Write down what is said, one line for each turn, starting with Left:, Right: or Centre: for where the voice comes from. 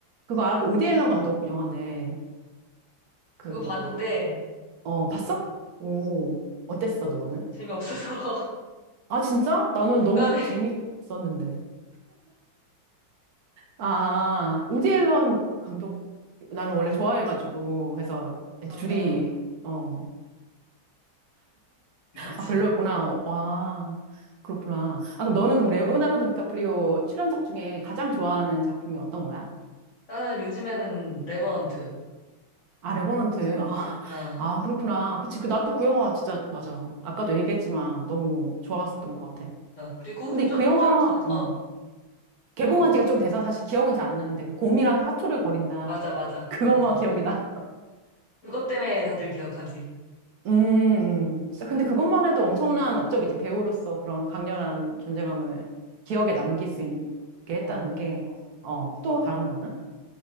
Right: 그거 알아? 그디 앨런 감독 영화인데, 그,
Left: 그거 봤는데,
Right: 어, 봤어? 오, 어땠어, 너는?
Left: 재미없어서 <laughs>
Right: 아, 진짜? 나는
Left: 중간에
Right: 너무 재밌었는데. 아, 우디 앨런 감독, 나는 원래 좋아해가지고, 해서
Left: 아,
Right: 둘이,
Left: 나는
Right: 어,
Left: 못하지.
Right: 아, 별로였구나. 와, 그렇구나. 아, 그럼 너는 그럼 레오나르도 디카프리오 출연작 중에 가장 좋아하는 작품이 어떤 거야?
Left: 나는 요즘에는 레버넌트.
Right: 아, 레버넌트. 아,
Left: 아,
Right: 아, 그렇구나. 그치. 그, 나도 그 영화 진짜, 맞아. 아까도 얘기했지만 너무 좋았었던 것 같아.
Left: 아, 그리고
Right: 근데
Left: 좀,
Right: 그 영화,
Left: 좀 전에,
Right: 어,
Left: 어,
Right: 개봉한
Left: 어,
Right: 지가 좀 돼서 사실 기억은 잘 안 나는데 그 곰이랑 사투를 벌인다.
Left: 맞아, 맞아,
Right: 그것만
Left: 맞아.
Right: 기억이다.
Left: 그것 때문에 다들 기억하지.
Right: <laughs> 음, 음. 진짜 근데 그것만 해도 엄청난 업적이지. 배우로서 그런 강렬한 존재감을 기억에 남길 수 있게 했다는
Left: 어,
Right: 게,
Left: 어.
Right: 어, 또 다른 거는?